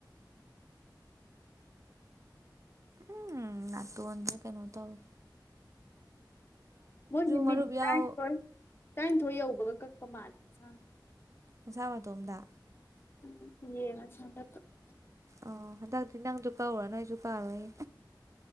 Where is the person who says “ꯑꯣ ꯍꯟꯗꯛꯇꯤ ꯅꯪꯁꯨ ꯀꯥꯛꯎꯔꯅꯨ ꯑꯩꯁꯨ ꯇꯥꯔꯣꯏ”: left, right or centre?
Right